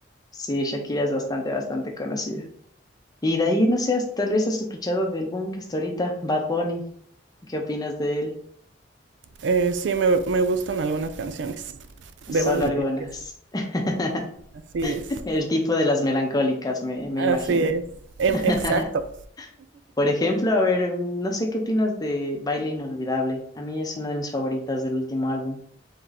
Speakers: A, on the left; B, on the right.
A: Sí, Shakira es bastante, bastante conocida. Y de ahí, no sé, has- tal vez has escuchado del boom que está ahorita, Bad Bunny. ¿Qué opinas de él?
B: Eh, sí, me, me gustan algunas canciones. Debo
A: Solo
B: admitir
A: algunas.
B: que sí,
A: <laughs> <laughs>
B: así es.
A: El tipo de las melancólicas, me, me
B: Así
A: imagino.
B: es, em,
A: <laughs>
B: exacto.
A: Por ejemplo, a ver, mm, no sé qué opinas de Baile Inolvidable. A mí es una de mis favoritas del último álbum.